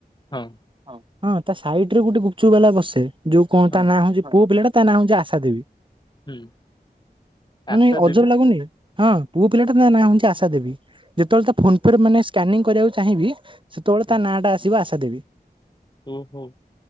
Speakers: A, on the left (about 25°); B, on the right (about 30°).
A: ହଁ।
B: ହ ହଁ ତା ସାଇଟ୍ ରେ ଗୋଟେ ଗୁପଚୁପ ବାଲା ବସେ ଯୋଉ କଣ
A: ହଁ
B: ତା ନାଁ ହଉଛି ପୁଅ ପିଲାଟା। ତା ନା ହଉଛି ଆଶା ଦେବି
A: ହୁଁ
B: ମାନେ
A: ଆଶା
B: ଅଜବ
A: ଦେବି
B: ଲାଗୁନି। ହଁ ପୁଅ ପିଲାଟା ନାଁ ହଉଛି ଆଶା ଦେବି ଯେତେବେଳେ ତା ଫୋନ୍ ପେରେ ମାନେ ସ୍କାନିଂ କରିବାକୁ ଚାହିଁବି। ସେତେବେଳେ
A: ହୁଁ,
B: ତା ନାଁଟା ଆସିବ ଆଶା ଦେବି।
A: ଓହୋ।